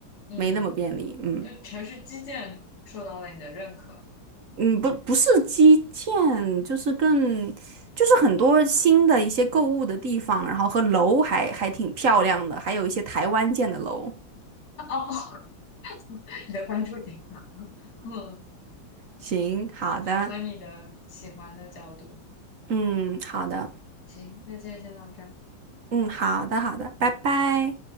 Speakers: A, on the left (about 55°); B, on the right (about 55°).
A: 嗯，
B: 没那么便利，嗯
A: 对城市基建受到了你的认可
B: 嗯，不不是基建，就是更就是很多新的一些购物的地方，然后和楼还还挺漂亮的，还有一些台湾建的楼。
A: <laughs>，哦，<laughs> 你的关注点啊，嗯，
B: 行，好的，
A: 符合你的喜欢的角度。
B: 嗯，好的，
A: 行，那今天先到这儿。
B: 嗯，好的，好的，拜拜。